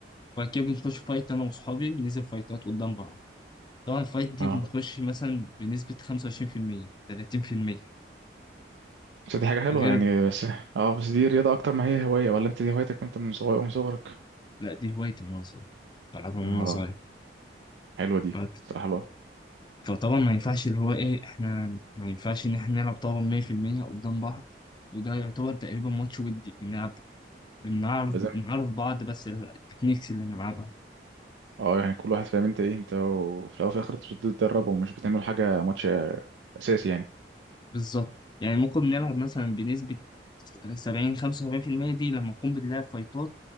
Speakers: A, on the left; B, on the right.
A: وبعد كده بنخش فايت أنا وأصحابي ننزل فايتات قدام بعض طبعا الفايت دي
B: اه
A: بنخش مثلا بنسبة خمسة وعشرين في المية تلاتين في المية
B: بس دي حاجه حلوه
A: غير
B: يعني بس اه بس دي رياضه اكتر ما هي هوايه ولا انت دي هوايتك وانت من صغير من صغرك
A: لأ دي هوايتي من وأنا صغير بلعبها من
B: اه
A: وأنا صغير
B: حلوه دي
A: ف-
B: صراحه الواحد
A: فطبعا ما ينفعش اللي هو إيه إحنا ما ينفعش إن إحنا نلعب طبعا مية في المية قدام بعض وده يعتبر تقريبا ماتش ودي بنلعب بنعرف
B: لازم
A: بنعرف بعض بس التكنيكس اللي نلعبها
B: اه يعني كل واحد فاهم انت ايه انت وفي الاول وفي الاخر انت بتتدربوا ومش بتعملوا حاجه ماتش اساسي يعني
A: بالظبط يعني ممكن نلعب مثلا بنسبة سبعين خمسة وسبعين في المية دي لما نكون بنلعب فايتات